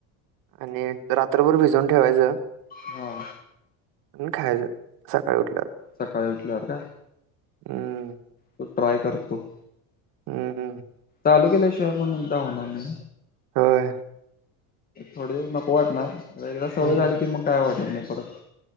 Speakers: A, on the right; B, on the left.
A: आणि रात्रभर भिजून ठेवायचं
B: हो.
A: आणि खाय सकाळी उठल्यात.
B: सकाळी उठल्यावर का.
A: हम्म
B: तो ट्राय करतो.
A: हम् हम.
B: चाल केल्याशिवाय म्हणून जाऊणारम्ही.
A: होय.
B: थोडे नक वाटणारला सवय
A: हम्म
B: झाली की मग काय वाटत नाही परत.